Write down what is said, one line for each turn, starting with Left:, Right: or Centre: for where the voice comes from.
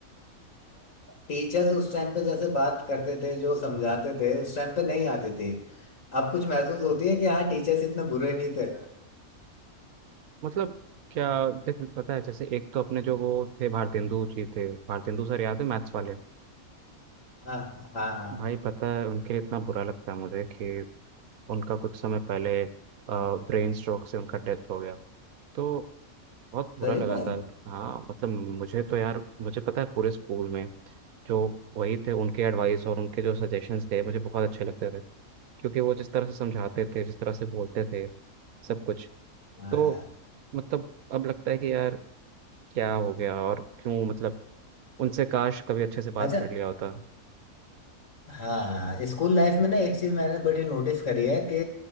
Left: टीचर्स उस टाइम पे जैसे बात करते थे जो समझाते थे उस टाइम पे नहीं आती थी अब कुछ महसूस होती है कि हाँ टीचर्स इतने बुरे नहीं थे
Right: मतलब क्या देख पता है जैसे एक तो अपने जो वो थे भारतेंदु जी थे भारतेंदु सर याद है मैथ्स वाले
Left: हाँ हाँ हाँ
Right: भाई पता है उनके लिए इतना बुरा लगता है मुझे कि उनका कुछ समय पहले ब्रेन स्ट्रोक से उनका डेथ हो गया तो बहुत बुरा
Left: सही
Right: लगा
Left: में
Right: था हाँ मतलब मुझे तो यार मुझे पता है पूरे स्कूल में जो वही थे उनके एडवाइस और उनके जो सजेशंस थे मुझे बहुत अच्छे लगते थे क्योंकि वो जिस तरह से समझाते थे जिस तरह से बोलते थे सब कुछ
Left: हाँ
Right: तो
Left: यार
Right: मतलब अब लगता है कि यार क्या हो गया और क्यों मतलब उनसे काश कभी अच्छे से बात
Left: अच्छा
Right: कर लिया होता
Left: हाँ स्कूल लाइफ में ना एक चीज मैंने बड़ी नोटिस करी है कि